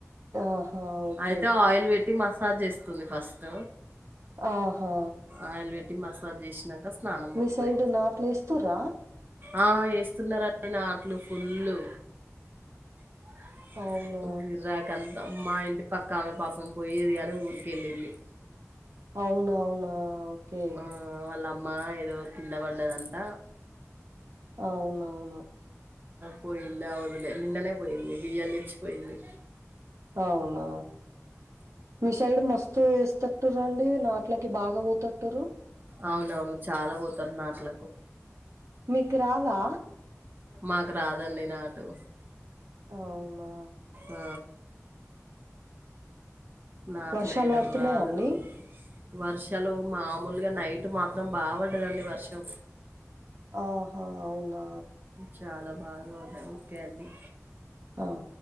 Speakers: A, on the right (about 65°); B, on the right (about 40°).
A: ఆహా! ఓకే.
B: అయితే ఆయిల్ పెట్టి మసాజ్ చేస్తుంది ఫస్ట్
A: ఆహా
B: ఆయిల్ పెట్టి మసాజ్ చేసి నాకా స్నానం పోతది
A: మీ సైడ్ నాట్లు వేస్తుర్ర
B: ఆ వేస్తున్నారు అక్క నాట్లు ఫుల్లు <unintelligible>
A: అవునా!
B: మా ఇంటి పక్కా ఆమె పాపం పోయేది గాని ఊరికి వెళ్ళింది
A: అవునా అవునా ఓకే
B: ఆ వాళ్ళమ్మ ఏదో కింద పడ్డదంట
A: అవునవును
B: పోయిలా అదులే నిన్ననే పోయింది బిఎల్ ఎచ్ పోయింది
A: అవునా సైడ్ మస్తు వేస్తట్టురుండి నాట్లకి బాగా పోతట్రు
B: అవునవును చాలా పోతాం నాట్లకు
A: మీకురాదా
B: మాకు రాదండి నాటు
A: అవునా
B: ఆ నాట్లు
A: వర్షాలు
B: వేయడం
A: పడుతున్నాయా
B: రాదు
A: అండి?
B: వర్షాలు మామూలుగా నైట్ మాత్రం బా పడ్డదండి వర్షం
A: ఆహా అవును
B: చాలా బాగా ఉన్నాయి ఓకే అండి
A: హ్మ్